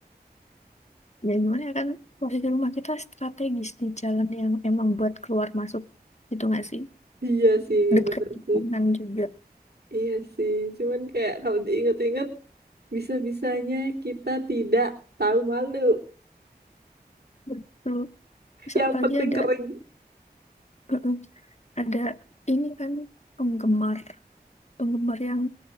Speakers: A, on the left (about 45°); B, on the right (about 75°).
A: Ya gimana ya kan posisi rumah kita strategis di jalan yang emang buat keluar masuk gitu nggak sih?
B: <laughs> iya sih
A: dekat
B: bener
A: tikungan
B: sih
A: juga.
B: iya sih cuman kayak kalau diinget-inget bisa-bisanya kita tidak tahu malu
A: Betul. Terus
B: yang
A: apalagi
B: penting
A: ada
B: kering
A: mm-mm, ada ini kan penggemar penggemar yang